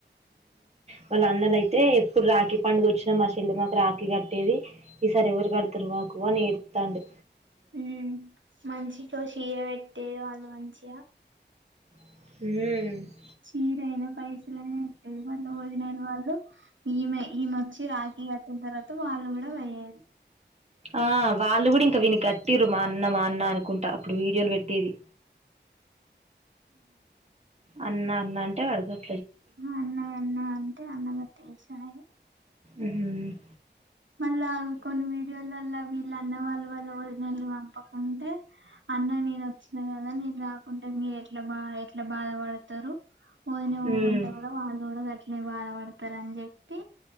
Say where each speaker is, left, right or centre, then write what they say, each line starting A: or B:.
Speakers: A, on the right; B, on the right.
A: వాళ్ళు అందర అయితే ఎప్పుడు రాఖీ పండుగ వచ్చినా మా చెల్లి మాకు రాఖీ కట్టేది ఈ సారి ఎవరుకడుతరు వాకు అని ఏడుత్తండు
B: ఉ మంచికో చీర పెట్టే వాళ్ళు మంచిగా
A: ఉమ్మ్
B: చీరయినా పైసలనా వళ వోదినోళ్ళు వాళ్ళు ఈమె ఈమె వచ్చి రా కీ కట్టిన తర్వాత వాళ్ళు కూడా పోయేది
A: ఆ వాళ్ళు కూడా ఇంకా వీనికి కట్టిరు మా అన్న మా అన్న అనుకుంటా అప్పుడు వీడియోలు పెట్టేది అన్నా అన్న అంటే పెడతార్
B: అన్నయ అన్నాయ అంటె అన్న అట చేసి వాయె
A: ఉంహు
B: మళ్ళా కొన్ని వీడియోలు అల్ల ఇల అన్న వాళ్ళు వాళ్ళు వదిని పంపకుంటే అన్న నేను వచ్చిన కదా నేను రాకుంటే ఎట్లా బా ఎట్లా బాధ పడతారు వదిని
A: హ్మ్.
B: ఊకుంటే కూడా వాళ్ళు కూడా అట్నే బాధపడతారు అని చెప్పి